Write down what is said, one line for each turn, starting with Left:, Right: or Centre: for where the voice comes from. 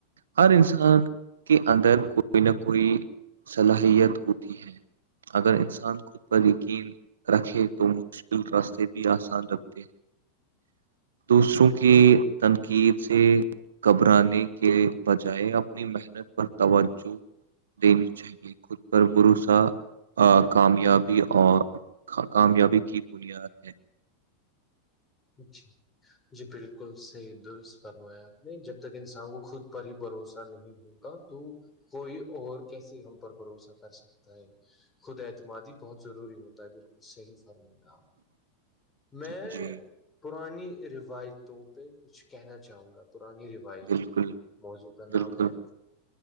Right: ہر انسان کے اندر کوئی نہ کوئی صلاحیت ہوتی ہے اگر انسان خود پت یقین رکھے تو مشکل راستے بھی آسان رکھتے ہیں دوسروں کی تنقید سے گھبرانے کے بجائے اپنی محنت پر توجہ دینی چاہیے خود پر بھروسا کامیابی اور کامیابی کی بنیاد ہے
Left: اچھا جی بالکل صحی درست فرمایا آپ نے جب تک انسان کو خود پر ہی بھروسہ نہیں ہو تو کوئی اور کیسے ہم پر بھروسہ کر سکتا ہے خود اعتمادی بہت ضروری ہوتا ہے بالکل صحیح فرما آپ
Right: <inaudible>
Left: میں
Right: جی
Left: پرانی روایتوں پہ کچھ کہنا چاہوں گا پرانیوا
Right: بالکل
Left: تھے موضوع کا
Right: بالکل
Left: نام ہے